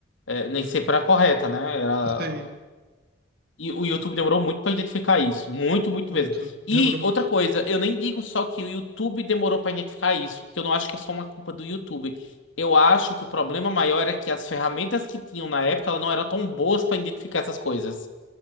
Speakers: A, on the left (about 90°); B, on the right (about 55°).
A: é, nem sempre era correta, né? Era
B: Sim,
A: E o YouTube demorou muito para identificar isso. Muito, muito
B: muito.
A: mesmo.
B: Demorou
A: E
B: muito.
A: outra coisa, eu nem digo só que o YouTube demorou para identificar isso, porque eu não acho que é só uma culpa do YouTube. Eu acho que o problema maior era que as ferramentas que tinham na época elas não eram tão boas para identificar essas coisas.